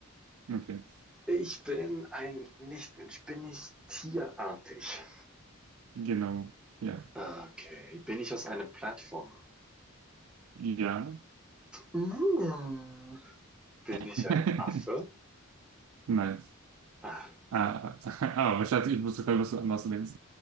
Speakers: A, on the right; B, in the centre.
A: Okay,
B: Ich bin ein Nichtmensch. Bin ich tierartig?
A: genau, ja.
B: Okay. Bin ich aus einer Plattformer?
A: Ja.
B: Mm. Bin
A: <laughs>
B: ich ein Affe?
A: Nein.
B: Ah.
A: Ah, <laughs> ah, ich hatte, ich wusste gerade, was du was du denkst.